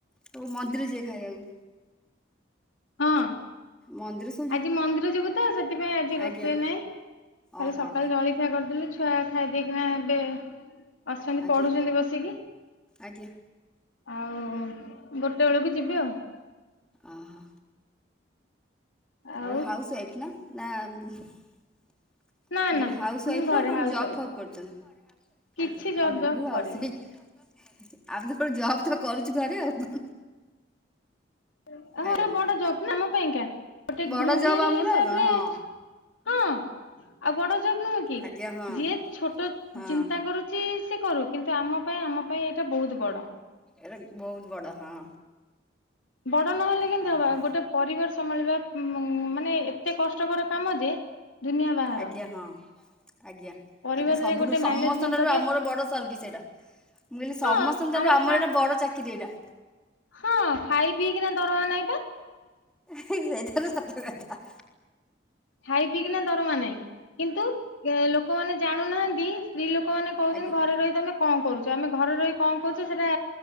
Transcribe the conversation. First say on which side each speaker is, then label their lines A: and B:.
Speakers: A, in the centre; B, on the left.
A: ସବୁ ମନ୍ଦିର ଯିବେ ଖାଇବାକୁ।
B: ହଁ।
A: ମନ୍ଦିର ସ
B: ଆଜି ମନ୍ଦିର ଯିବୁ ତ ସେଥିପାଇଁ ଆଜି ରୋଷେଇ
A: ଆଜ୍ଞା
B: ନାଇଁ ଖାଲି
A: ଓହୋ
B: ସକାଳେ ଜଳଖିଆ କରିଦେଲୁ ଛୁଆ ଖାଇଦେଇକିନା ଏବେ ଅଛନ୍ତି
A: ଆଜ୍ଞା
B: ପଢୁଚନ୍ତି ବସିକି।
A: ଆଜ୍ଞା
B: ଆଉ ଗୋଟେ ବେଳକୁ ଯିବି ଆଉ।
A: ଅ ହୋ।
B: ଆଉ
A: ଆପଣ ହାଉସ୍ ୱାଇଫ୍ ନା- ନା ମୁଁ କହିଲି
B: ନା ନା
A: ହାଉସ୍
B: ମୁଁ
A: ୱାଇଫ୍
B: ଘରେ
A: ନା କଣ
B: ହାଉସ
A: ଜବ୍
B: ୱାଇଫ
A: ଫବ୍ କରୁଚନ୍ତି?
B: କିଛି
A: ଆଜ୍ଞା
B: ଜବ୍
A: ଆଉ ମୁଁ
B: ଜବ୍
A: ବି ହାଉସ୍
B: କରିନି
A: ୱାଇଫ୍ ଆମ ତ ଗୋଟେ ଜବ୍ ତ କରୁଚୁ ଘରେ ଆଉ।
B: <unintelligible>
A: ହ୍ୟାଲୋ।
B: ବଡ ଜବ୍ ନା ଆମ ପାଇଁକା ଗୋଟେ
A: ବଡ଼
B: ଗୃହିଣୀ
A: ଜବ୍ ଆମର
B: ହିସାବରେ
A: ଆଉ କଣ ହଁ
B: ହଁ ଆଉ ବଡ ଜବ୍ ନୁହଁ କି
A: ଆଜ୍ଞା ହଁ
B: ଯିଏ ଛୋଟ
A: ହଁ।
B: ଚିନ୍ତା କରୁ ଚି ସେ କରୁ କିନ୍ତୁ ଆମ ପାଇଁ ଆମ ପାଇଁ ଏଇଟା ବହୁତ୍ ବଡ।
A: ଏଇଟେ ବହୁତ୍ ବଡ ହଁ।
B: ବଡ ନହେଲେ କେମତି
A: ଓହୋ।
B: ହବା ଗୋଟେ ପରିବାର ସମ୍ଭାଳିବା ଉଁ- ମାନେ ଏତେ କଷ୍ଟକର କାମ ଯେ ଦୁନିଆ ବାହାର
A: ଆଜ୍ଞା ହଁ। ଆଜ୍ଞା।
B: ପରିବାରରେ
A: ଏଇଟା ସବୁଠୁ
B: ଗୋଟେ
A: ସମସ୍ତଙ୍କ
B: ମ୍ୟାନେଜମେଣ୍ଟ କରିବା
A: ଠାରୁ ଆମର ବଡ ସର୍ଭିସ୍ ଏଇଟା। ମୁଁ କହିଲି ସମସ୍ତ
B: ହଁ
A: ଠାରୁ ଆମର
B: ଖା
A: ଏଇଟା ବଡ ଚାକିରି ଏଇଟା।
B: ହଁ ଖାଇ ପିଇକିନା ଦରମା ନାଇଁ ତ।
A: ସେଇଟା ତ ସତ କଥା।
B: ଖାଇ ପିଇକିନା ଦରମା ନାହିଁ କିନ୍ତୁ ଲୋକମାନେ ଜାଣିନାହାନ୍ତି ସ୍ତ୍ରୀ ଲୋକ କ ମାନେ କହୁଚନ୍ତି
A: ଆଜ୍ଞା
B: ଘରେ ରହି ତମେ କଣ କରୁଚ ଆମେ ଘରେ ରହି କଣ କରୁଚୁ ସେଟା